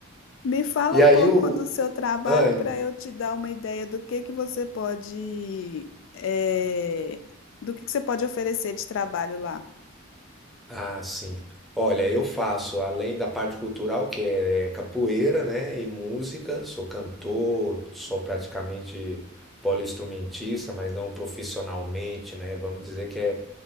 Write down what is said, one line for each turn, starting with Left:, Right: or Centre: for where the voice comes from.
Left: Me fala
Centre: E
Left: um
Centre: aí
Left: pouco
Centre: o,
Left: do seu
Centre: o-
Left: trabalho
Centre: Anne,
Left: para eu te dar uma ideia do que que você pode, eh, do que que você pode oferecer de trabalho lá.
Centre: Ah, sim. Olha, eu faço, além da parte cultural, que é é capoeira, né, e música, sou cantor, sou praticamente poliinstrumentista, mas não profissionalmente, né? Vamos dizer que é,